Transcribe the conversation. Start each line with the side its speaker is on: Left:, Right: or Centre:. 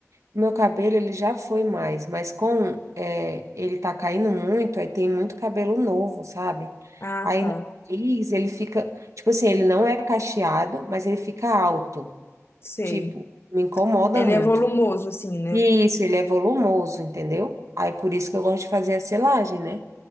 Right: meu cabelo ele já foi mais, mas com é, ele tá caindo muito, aí tem muito cabelo novo, sabe?
Left: Ah,
Right: Aí
Left: tá.
Right: no nariz ele fica, tipo assim, ele não é cacheado, mas ele fica alto.
Left: Sei.
Right: Tipo, me incomoda
Left: Ele
Right: muito.
Left: é volumoso, assim, né?
Right: Isso, ele é volumoso, entendeu? Aí por isso que eu gosto de fazer a selagem, né?